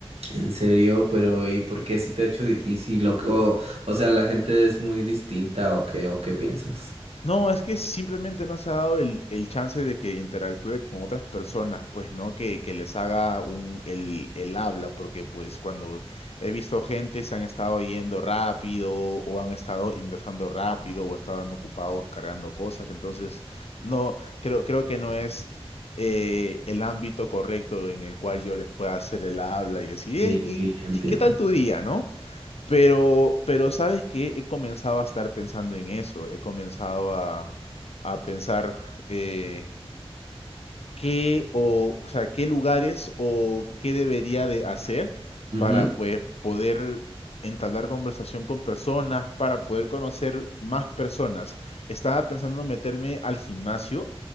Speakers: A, on the right (about 75°); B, on the left (about 80°).
A: En serio, pero ¿y por qué se te ha hecho difícil? O, o, o sea, la gente es muy distinta o qué, o qué piensas?
B: No, es que simplemente no se ha dado el, el chance de que interactúe con otras personas, pues, ¿no? Que, que les haga un, el, el habla, porque pues cuando he visto gente se han estado yendo rápido o han estado ingresando rápido o estaban ocupados cargando cosas, entonces no, creo, creo que no es eh, el ámbito correcto en el cual yo les pueda hacer el habla y decir, "Ey,
A: Sí,
B: ¿y,
A: entiendo.
B: y qué tal tu día, no? Pero, pero ¿sabes que He comenzado a estar pensando en eso, he comenzado a, a pensar, eh, qué o, o sea, qué lugares o qué debería de hacer
A: Ujú,
B: para pues poder entablar conversación con personas, para poder conocer más personas. Estaba pensando meterme al gimnasio.